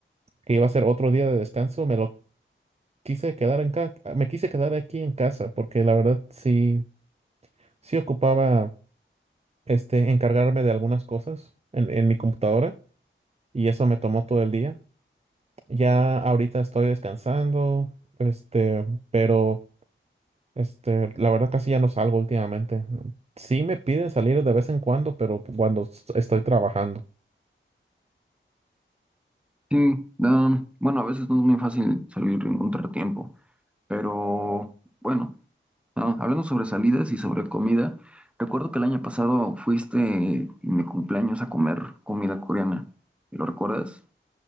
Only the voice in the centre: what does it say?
Sí, um, bueno, a veces no es muy fácil salir y encontrar tiempo, pero bueno, ah, hablando sobre salidas y sobre comida, recuerdo que el año pasado fuiste en mi cumpleaños a comer comida coreana. ¿Lo recuerdas?